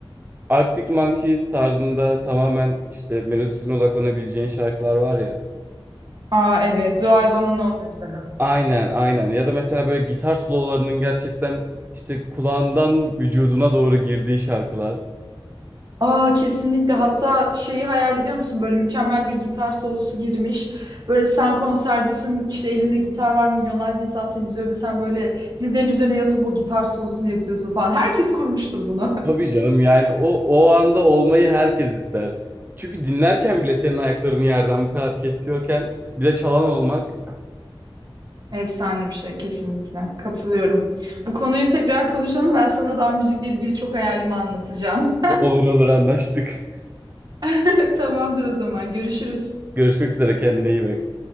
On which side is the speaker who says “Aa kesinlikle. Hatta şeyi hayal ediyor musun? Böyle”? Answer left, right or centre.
Right